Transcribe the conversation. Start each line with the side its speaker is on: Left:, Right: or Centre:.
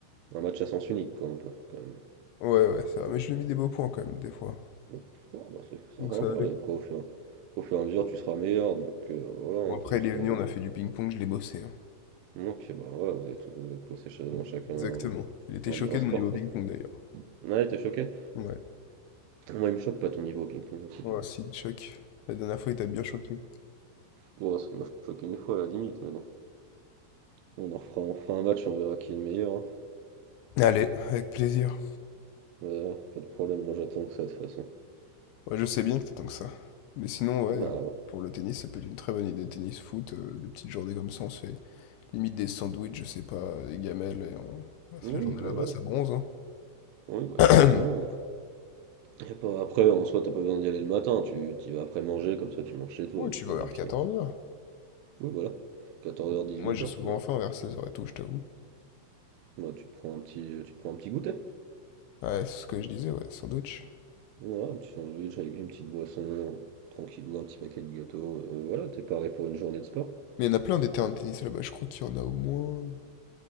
Right: Un match à sens unique, quoi, un peu, quand même.
Left: Ouais, ouais, ça va. Mais je lui ai mis des beaux points quand même, des fois.
Right: Donc, ouais, bah, c'est c'est
Left: Donc
Right: sympa.
Left: ça allait.
Right: hein. Et
Left: Ok.
Right: après, au fur, au fur et à mesure, tu seras meilleur. Donc, euh, voilà,
Left: Bon,
Right: hein,
Left: après,
Right: t'as juste.
Left: il est venu,
Right: euh,
Left: on a fait du ping-pong, je l'ai bossé. hein.
Right: Donc, bah, ouais, vous êtes, vous êtes possé- dans chacun
Left: Exactement.
Right: hein.
Left: Il était
Right: un,
Left: choqué
Right: un sport,
Left: de mon niveau
Right: quoi.
Left: ping-pong d'ailleurs.
Right: Ouais, t'es choqué?
Left: Ouais.
Right: Moi, il me choque pas ton niveau au ping-pong. hein, c'est
Left: Ouais,
Right: clair.
Left: si, il te La dernière fois, il t'a bien choqué.
Right: Bon, ça, il m'a choqué une fois à la limite, mais bon. On en refera, on fera un match et on verra qui est le meilleur. hein.
Left: Allez, avec plaisir.
Right: Ouais, pas de problème, moi j'attends que ça de toute façon.
Left: Ouais, je sais bien que t'attends que ça. Mais sinon, ouais,
Right: Bah,
Left: euh, pour le tennis, ça peut être une très bonne idée. Tennis, foot, euh, des petites journées comme ça, on se fait limite des sandwichs, je sais pas, des gamelles. Et on... Ouais, c'est
Right: oui,
Left: la journée
Right: voilà.
Left: là-bas, ça bronze. Hein.
Right: Oui, bah
Left: <clears throat>
Right: exactement. Y a pas... Après, en soi, t'as pas besoin d'y aller le matin, tu t'y vas après manger, comme ça tu manges chez toi,
Left: Ouais,
Right: au
Left: tu
Right: pire
Left: vas vers
Right: du pire.
Left: quatorze heures
Right: Oui, voilà. quatorze heures dix-huit
Left: Moi, j'ai
Right: heures
Left: souvent
Right: tu vois.
Left: faim vers seize heures et tout, je t'avoue.
Right: Bah, tu te prends un petit, tu te prends un petit goûter.
Left: Ouais, c'est ce que je disais, ouais, sandwich.
Right: Voilà, un petit sandwich avec une petite boisson, tranquillou, un petit paquet de gâteaux. euh, voilà, t'es paré pour une journée de sport.
Left: Mais il y en a plein des terrains de tennis là-bas, je crois qu'il y en a au moins.